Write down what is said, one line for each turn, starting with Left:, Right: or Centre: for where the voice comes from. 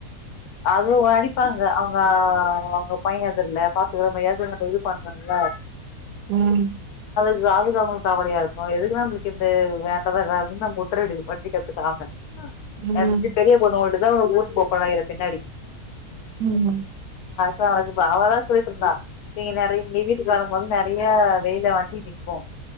Left: அதுவு வடிப்பாங்க அவுங்க அவுங்க பையன் அது இல்ல பாத்துக்குற பையே <unintelligible> இல்ல
Right: ம்
Left: இது அவுங்க அவுங்களுக்கு கவலையா இருக்கு எதுக்கு நம்மளுக்கு இந்த வேண்டாத வேலேனு நம்ப உட்டர்றது பட்னி கெடக்க <unintelligible>
Right: ம்
Left: நேத்துக்கு பெரிய பொண்ணு ஓடு <unintelligible> பின்னாடி
Right: ம்
Left: கனகுப்ப அவளா சொல்லிட்டு இருந்தா நீங்க நெறை இங்க வீட்டுக்கு வரம்போது நெறைய வெயில வண்டி நிக்கு